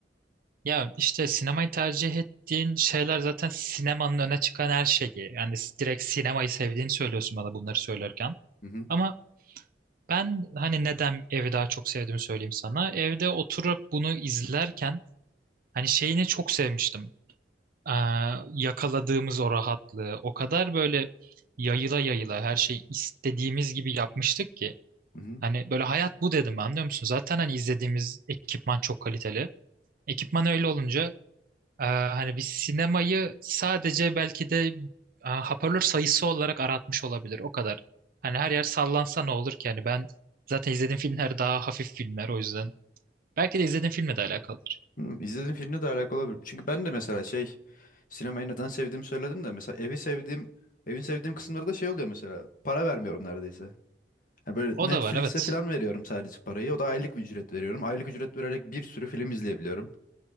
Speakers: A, on the right; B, on the left.
A: Ya işte sinemayı tercih ettiğin şeyler zaten sinemanın öne çıkan her şeyi. Yani s- direkt sinemayı sevdiğini söylüyorsun bana bunları söylerken.
B: Hı hı.
A: Ama ben hani neden evi daha çok sevdiğimi söyleyeyim sana. Evde oturup bunu izlerken Hani şeyini çok sevmiştim. Ee, yakaladığımız o rahatlığı. O kadar böyle yayıla yayıla her şey istediğimiz gibi yapmıştık ki.
B: Hı hı.
A: Hani böyle hayat bu dedim anlıyor musun? Zaten hani izlediğimiz ekipman çok kaliteli. Ekipman öyle olunca e, hani biz sinemayı sadece belki de e, hoparlör sayısı olarak aratmış olabilir. O kadar. Hani her yer sallansa ne olur ki? Hani ben zaten izlediğim filmler daha hafif filmler o yüzden. Belki de izlediğim filmle de alakalıdır.
B: Hı, izlediğim filmle de alakalı olabilir. Çünkü ben de mesela şey sinemayı neden sevdiğimi söyledim de mesela evi sevdiğim evin sevdiğim kısımları da şey oluyor mesela para vermiyorum neredeyse. Yani böyle
A: O
B: Netflix'e
A: da var evet.
B: falan veriyorum sadece parayı. O da aylık bir ücret veriyorum. Aylık ücret vererek bir sürü film izleyebiliyorum.